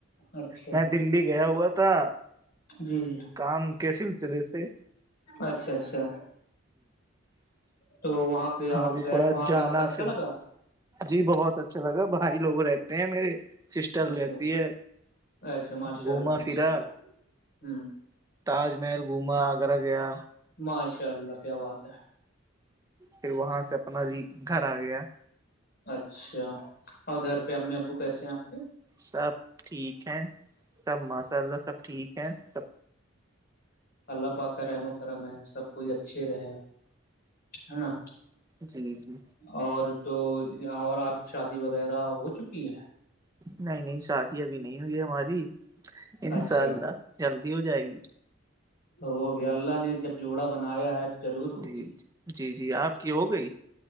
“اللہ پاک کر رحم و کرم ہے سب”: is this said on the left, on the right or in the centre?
Left